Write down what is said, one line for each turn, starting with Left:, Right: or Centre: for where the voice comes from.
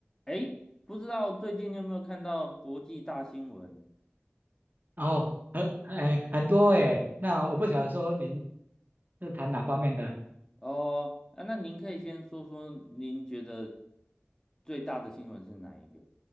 Left: 哎，不知道最近你有没有看到国际大新闻？
Right: 然后很哎很多哎，那我不晓得说您是谈哪方面的，
Left: 哦，啊，那您可以先说说您觉得最大的新闻是哪一个？